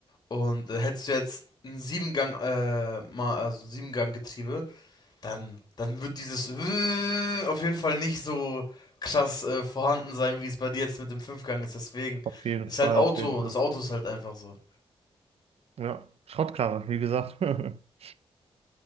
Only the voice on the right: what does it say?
Auf jeden
Fall,
auf jeden Fall.
Ja, Schrottkarre, wie gesagt. <laughs>